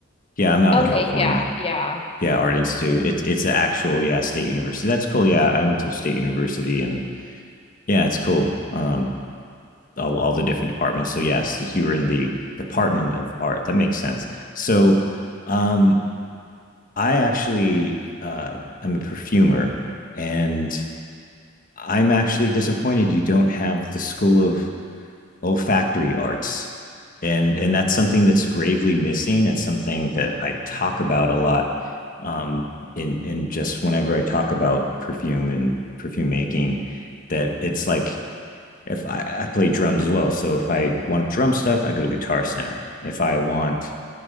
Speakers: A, on the left; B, on the left.
A: Yeah, I'm out
B: Yeah.
A: in
B: Okay,
A: California.
B: yeah, yeah.
A: yeah art institute it's it's an actual yeah state university that's cool yeah i went to a state university and yeah it's cool um all, all the different departments so yes if you were in the department of art that makes sense so um i actually uh am a perfumer and i'm actually disappointed you don't have the school of olfactory arts and and that's something that's gravely missing it's something that i talk about a lot um in in just whenever i talk about perfume and perfume making that it's like if i, I play drums as well so if i want drum stuff i go to guitar center if i want